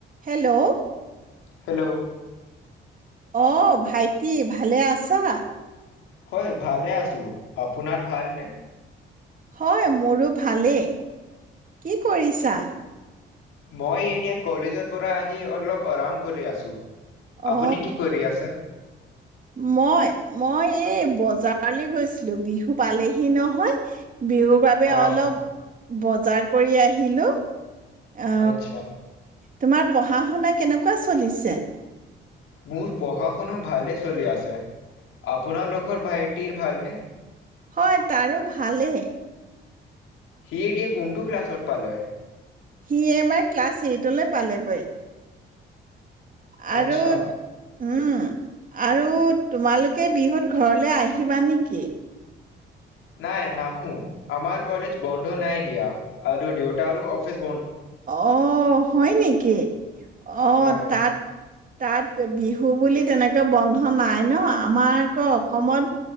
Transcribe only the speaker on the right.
hello
অ ভাইটি ভালে আছা
হয় মোৰো ভালেই কি কৰিছা
অ
মই মই এই বজাৰলৈ গৈছিলো বিহু পালেহি নহয় বিহুৰ বাবে
অলপ বজাৰ কৰি আহিলো অ
তোমাৰ পঢ়া শুনা কেনেকুৱা চলিছে
হয় তাৰো ভালেই
সি এইবাৰ ক্লাছ এইটলৈ পালেগৈ আৰু
উম আৰু তোমালোকে বিহুত ঘৰলে আহিবা নেকি
অ হয় নেকি অ
তাত তাত বিহু বুলি তেনেকৈ বন্ধ নাই ন আমাৰ আকৌ অসমত